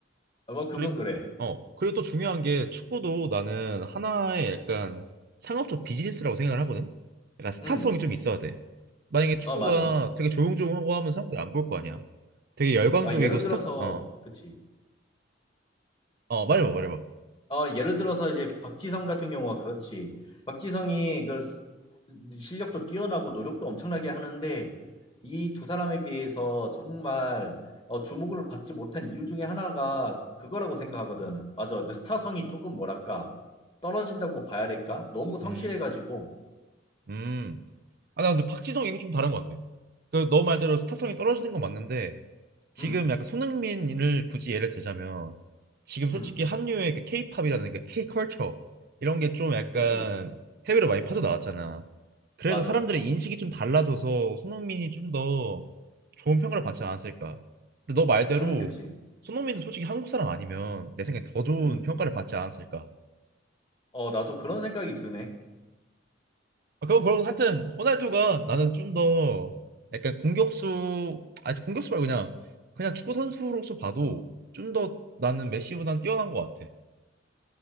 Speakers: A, on the left; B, on the right.
A: 뭐 그건
B: 그리고
A: 그래
B: 어 그리고 또 중요한 게 축구도 나는 하나의 약간 상업적 비즈니스라고 생각을 하거든. 약간 스타성이
A: 음
B: 좀 있어야 돼. 만약에 축구가
A: 어 맞아
B: 되게 조용조용하고 하면 사람들이 안 볼 거 아니야. 되게 열광적이고
A: 아 예를
B: 스타
A: 들어서
B: 어
A: 그치
B: 어 말해봐 말해봐.
A: 어, 예를 들어서 이제 박지성 같은 경우가 그렇지. 박지성이 그 스- 실력도 뛰어나고 노력도 엄청나게 하는데 이 두 사람에 비해서 정말 어, 주목을 받지 못한 이유 중에 하나가 그거라고 생각하거든. 맞아. 그 스타성이 조금 뭐랄까 떨어진다고 봐야 될까? 너무 성실해가지고.
B: 음 음. 아, 나 근데 박지성 얘기 좀 다른 것 같아. 그 너 말대로 스타성이 떨어지는 건 맞는데 지금
A: 음,
B: 약간 손흥민을 굳이 예를 들자면 지금 솔직히
A: 음,
B: 한류의 그 K-팝이라든가 K-컬처 이런 게 좀 약간
A: 그치.
B: 해외로 많이 빠져나왔잖아. 그래서
A: 맞아.
B: 사람들의 인식이 좀 달라져서 손흥민이 좀 더 좋은 평가를 받지 않았을까. 근데 너 말대로
A: 음, 그치.
B: 손흥민도 솔직히 한국 사람 아니면 내 생각에 더 좋은
A: 음,
B: 평가를 받지 않았을까.
A: 어, 나도 그런 생각이 드네.
B: 아, 그럼 그럼 하여튼 호날두가 나는 좀 더 약간 공격수 아니 공격수 말고 그냥 그냥 축구 선수로서 봐도 좀 더 나는 메시보단 뛰어난 것 같아.